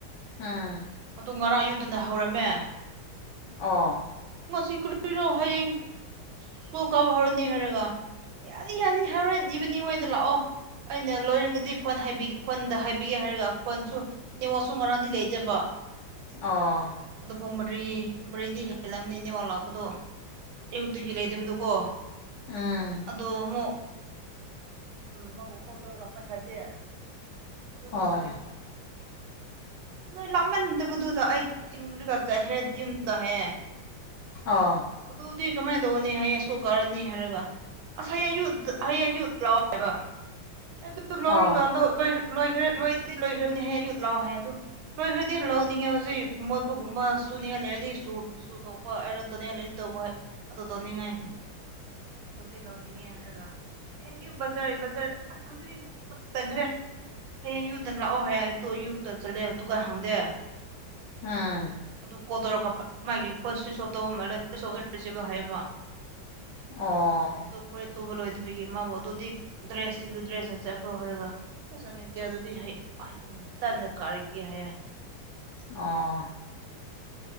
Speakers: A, on the left (about 75°); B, on the right (about 80°).
A: ꯑꯥ
B: ꯑꯗꯨ ꯉꯔꯥꯡ ꯌꯨꯗꯨꯅ ꯍꯧꯔꯝꯃꯦ
A: ꯑꯣ
B: ꯉꯁꯤ ꯀꯨꯔꯣ ꯍꯌꯦꯡ ꯁꯣꯛ ꯀꯥꯕ ꯍꯧꯔꯛꯅꯤ ꯍꯥꯏꯔꯒ ꯌꯥꯅꯤ ꯌꯥꯅꯤ ꯍꯥꯏꯔꯣꯏꯟ ꯏꯕꯅꯤꯉꯣꯏꯗ ꯂꯥꯛꯑꯣ ꯑꯩꯅ ꯂꯣꯏꯔꯒꯗꯤ ꯐꯣꯟ ꯐꯣꯟꯗ ꯍꯥꯏꯕꯤꯒꯦ ꯍꯥꯏꯔꯒ ꯐꯣꯟꯁꯨ ꯅꯤꯡꯉꯣꯁꯨ ꯉꯥꯡꯗꯤ ꯂꯩꯖꯕ
A: ꯑ
B: ꯑꯗꯣ ꯄꯨꯡ ꯃꯔꯤ ꯄꯨꯡ ꯃꯔꯤꯗꯤ ꯍꯦꯜꯂꯝꯕꯅꯤꯅꯦ ꯑꯣ ꯂꯥꯛꯄꯗꯣ ꯑꯌꯨꯛꯇꯒꯤ ꯂꯩꯗꯕꯗꯨꯀꯣ
A: ꯎꯝ
B: ꯑꯗꯨ ꯑꯃꯨꯛ ꯃꯕꯨ ꯀꯣ ꯇꯧꯔꯒ ꯄꯥꯏꯈꯠꯠꯇꯦ
A: ꯑꯣ
B: ꯉ ꯍ ꯅꯣꯏ ꯂꯥꯛꯃꯟꯗꯕꯗꯨꯗ ꯑꯩ ꯊꯤꯡꯔꯒ ꯆꯠꯈ꯭ꯔꯦ ꯌꯨꯝꯗꯣ ꯍꯌꯦ
A: ꯑ
B: ꯑꯗꯨꯗꯤ ꯀꯃꯥꯏꯅ ꯇꯧꯅꯤ ꯍꯌꯦꯡꯁꯀꯣ ꯀꯥꯔꯅꯤ ꯍꯥꯏꯔꯒ ꯑꯁ ꯍꯌꯦ ꯑꯡꯌꯨꯠ ꯍꯌꯦ ꯑꯌꯨꯠ ꯂꯧꯥꯎꯋꯦꯕ ꯑꯗꯨ
A: ꯑꯣ
B: ꯂꯧꯔꯒ ꯂꯣꯏ ꯂꯣꯏꯈ꯭ꯔ ꯂꯣꯏꯗꯤ ꯂꯣꯏꯈ꯭ꯔꯕꯅꯤ ꯍꯥꯏꯌꯦ ꯑꯩꯌꯨꯠ ꯂꯥꯛꯑꯣ ꯍꯥꯏ ꯑꯗꯨꯣ ꯂꯣꯏꯈ꯭ꯔꯗꯤ ꯂꯧꯅꯤꯡꯉꯦ ꯍꯧꯖꯤꯛ ꯃꯣꯠꯄꯒꯨꯝꯕ ꯁꯨꯅꯤꯡꯉꯥꯏ ꯂꯩꯔꯗꯤ ꯁ ꯁꯨ ꯊꯣꯛꯣꯛꯄ ꯑꯥꯏꯔꯟ ꯇꯧꯅꯤꯡꯉꯥꯏ ꯂꯩꯔꯗꯤ ꯇ ꯑꯗꯨ ꯇꯧꯅꯤꯡꯉꯥꯏ ꯍꯧꯖꯤꯛ ꯂꯧꯅꯤꯡꯉꯦ ꯍꯥꯏꯔꯒ ꯑꯩꯡꯌꯛ ꯕꯖꯥꯔ ꯕꯖꯥꯔ ꯑꯁ ꯍꯧꯖꯤꯛꯇꯤ ꯊꯣꯛꯄ ꯇꯟꯈ꯭ꯔꯦ ꯍꯌꯦꯡ ꯌꯨꯗꯅ ꯂꯥꯛꯑꯣ ꯍꯥꯏ ꯑꯗꯨꯣ ꯌꯨꯗ ꯆꯠꯂꯦ ꯑꯗꯨꯒ ꯍꯪꯗꯦ
A: ꯎꯝ
B: ꯑꯗꯨ ꯀꯣꯜꯗꯧꯔꯒ ꯃꯥꯒꯤ ꯐꯣꯟ ꯁ꯭ꯋꯤꯁ ꯑꯣꯐ ꯇꯧꯕ ꯃꯥꯜꯂ ꯦ ꯅ ꯣꯠ ꯔꯤ ꯆꯤꯕꯟ ꯍꯥꯏꯌ ꯦꯕ
A: ꯑꯣ
B: ꯑꯣ ꯐꯣꯔꯤꯠ ꯇꯨꯕ ꯂꯣꯏꯗꯔꯤꯌ ꯦ ꯃꯥꯕꯨ ꯑꯗꯨꯗꯤ ꯗ꯭ꯔꯦꯁꯁꯤꯗ ꯗ꯭ꯔꯦꯁꯅ ꯆꯠꯈ꯭ꯔꯣ ꯍꯥꯏꯔꯒ ꯐꯁꯨꯅꯦꯗꯤ ꯑꯗꯨꯗꯤ ꯇꯟꯅ ꯀꯥꯔꯒꯦ ꯍꯥꯏꯌꯦ
A: ꯑꯣ